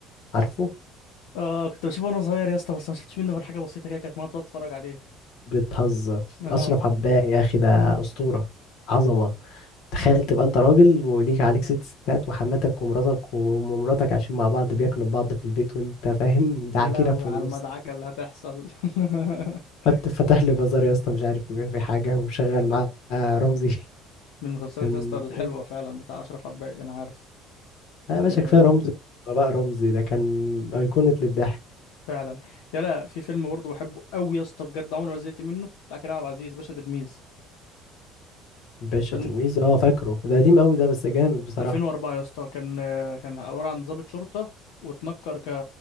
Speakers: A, on the left; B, on the left.
A: عارفه
B: اه كنت بشوفه وانا صغير يا اسطى بس ما شفتش منه غير حاجة بسيطة كده كانت ماما بتقعد تتفرج عليه
A: بتهزر
B: اه
A: اشرف عباقي يا اخي ده اسطوره عظمه تخيل تبقى انت راجل وليك عليك ست ستات وحماتك ومراتك ومراتك عايشين مع بعض بياكلوا في بعض في البيت وانت فاهم ده
B: يا
A: عكيرك
B: لهوي
A: في
B: على
A: النص
B: المدعكة اللي هتحصل <laughs>
A: فت- فتح لي بازار يا اسطى مش عارف يبيع في حاجه ومشغل معاه رمزي <laughs>
B: من المسلسلات
A: كان
B: يا اسطى الحلوه فعلا بتاع اشرف عباقي انا عارف
A: لا يا باشا
B: آه
A: كفايه رمزي بقى رمزي ده كان ايقونه للضحك
B: فعلا يا لا في فيلم برضه بحبه قوي يا اسطى بجد عمري ما زهقت منه بتاع كريم عبد العزيز باشا تلميذ
A: باشا
B: فيلم
A: تلميذ اه فاكره ده قديم قوي ده بس جامد بصراحه
B: 2004 يا اسطى كان آه، كان عباره عن ضابط شرطه واتنكر ك...